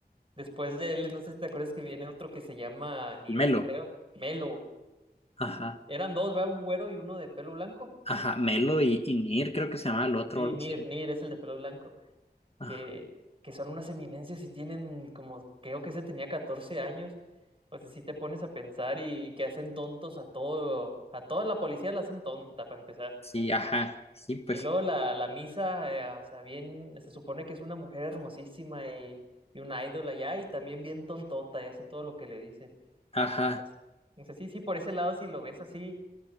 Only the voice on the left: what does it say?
melo.
Ajá.
Ajá, Melo y, y Nir, creo que se llama el otro
o algo
así.
Ajá,
sí, ajá, sí, pues,
ajá,